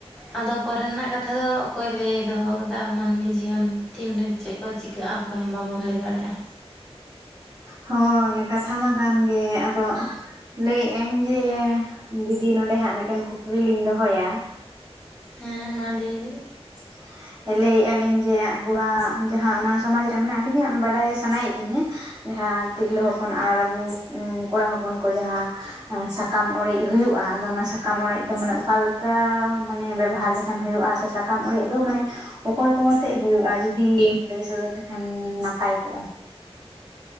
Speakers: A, in the centre; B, on the right.
A: ᱟᱫᱚ ᱯᱚᱨᱮ ᱨᱮᱱᱟᱜ ᱠᱟᱛᱷᱟ ᱫᱚ ᱚᱠᱚᱭ ᱞᱟᱹᱭ ᱫᱚᱦᱚ ᱟᱠᱟᱫᱟ, ᱢᱟᱹᱱᱢᱤ ᱡᱤᱭᱚᱱ ᱛᱤᱱ ᱨᱮ ᱪᱮᱫ ᱠᱚ ᱪᱤᱠᱟᱹᱜᱼᱟ? ᱚᱠᱚᱭ ᱦᱚᱸ ᱵᱟᱵᱚᱱ ᱞᱟᱹᱭ ᱫᱟᱲᱮᱭᱟᱜᱼᱟ?
B: ᱦᱳᱭ, ᱠᱟᱛᱷᱟ ᱢᱟ ᱠᱟᱱ ᱜᱮ᱾ ᱟᱫᱚ ᱞᱟᱹᱭᱮᱫ ᱟᱹᱧ ᱡᱮ ᱫᱤᱫᱤ ᱱᱚᱰᱮ ᱦᱟᱸᱜ ᱢᱤᱫᱴᱮᱱ ᱠᱩᱠᱞᱤ ᱞᱤᱧ ᱫᱚᱦᱚᱭᱟ
A: ᱦᱮᱸ ᱢᱟ ᱞᱟᱹᱭ ᱵᱤᱱ
B: <inaudible> ᱞᱟᱹᱭ ᱮ ᱟᱞᱤᱧ ᱡᱮ ᱟᱵᱚᱣᱟᱜ ᱡᱟᱦᱟᱸ ᱚᱱᱟ ᱥᱚᱢᱟᱡᱽ ᱨᱮ ᱢᱮᱱᱟᱜᱼᱟ, ᱟᱹᱞᱤᱧᱟᱜ ᱵᱟᱲᱟᱭ ᱥᱟᱱᱟᱭᱮᱫ ᱞᱤᱧᱟᱹ ᱡᱟᱦᱟᱸ ᱛᱤᱨᱞᱟᱹ
A: ᱦᱮᱸ
B: ᱦᱚᱯᱚᱱ ᱟᱨ ᱟᱵᱚ ᱠᱚᱲᱟ ᱦᱚᱯᱚᱱ ᱠᱚ, ᱡᱟᱦᱟᱸ ᱥᱟᱠᱟᱢ ᱚᱲᱮᱡ ᱦᱩᱭᱩᱜᱼᱟ᱾ ᱟᱫᱚ ᱚᱱᱟ ᱥᱟᱠᱟᱢ ᱚᱲᱮᱡ ᱫᱚ ᱢᱟᱱᱮ ᱚᱠᱟ ᱞᱮᱠᱟ ᱢᱟᱱᱮ ᱵᱮᱵᱚᱦᱟᱨᱠ ᱦᱩᱭᱩᱜᱼᱟ ᱥᱮ ᱥᱟᱠᱟᱢ ᱚᱲᱮᱡ ᱫᱚ ᱢᱟᱱᱮ ᱚᱠᱚᱭ ᱠᱚ ᱟᱛᱮ ᱦᱩᱭᱩᱜᱼᱟ? ᱡᱩᱫᱤᱢ ᱞᱟᱹᱭ ᱥᱚᱫᱚᱨ ᱞᱮᱠᱷᱟᱱ ᱱᱟᱯᱟᱭ ᱠᱚᱜᱼᱟ?